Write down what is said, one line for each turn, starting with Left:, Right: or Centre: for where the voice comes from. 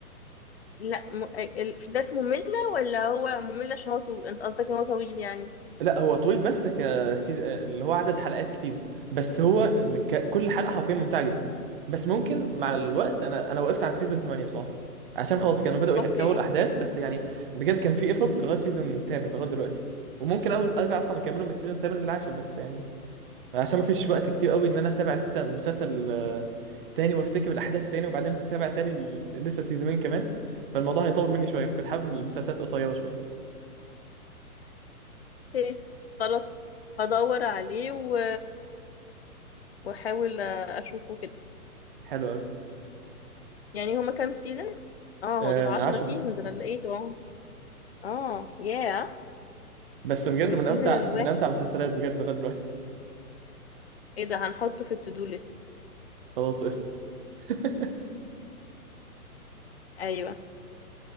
Left: لا م... الاحداث مملة ولا هو ممل عشان هو طويل انت قصدك ان هو طويل يعني
Right: لا هو طويل بس ك سيز- اللي هو عدد حلقات كتير بس هو ك... كل حلقة حرفيا ممتعة جدا بس ممكن مع الوقت انا انا وقفت عند سيزون 8 بصراحة عشان خلاص كانوا بدأوا يحكوا
Left: اوكي
Right: الاحداث بس يعني بجد كان في ايفورتس لغاية سيزون 8 لغاية دلوقتي وممكن أو- ارجع اصلا اكمله من السيزون 8 للعاشر بس يعني عشان ما فيش وقت كتير قوي ان انا اتابع لسه مسلسل آه، تاني وافتكر الاحداث تاني وبعدين هتابع تاني ال- لسه سيزونين كمان فالموضوع هيطول مني شويه فكنت حابب إن المسلسلات قصيره شويه
Left: اوكي خلاص هدور عليه و... واحاول اشوفه كده
Right: حلو قوي
Left: يعني هما كام سيزون اه
Right: آه
Left: هو دول 10
Right: عشرة
Left: سيزون ده انا لقيته اهو اه ياه
Right: بس بجد
Left: والسيزون
Right: من امتع
Left: الواحد
Right: من امتع المسلسلات بجد لغايه دلوقتي
Left: ايه ده هنحطه في التو دو ليست
Right: خلاص قشطه <laughs>
Left: ايوه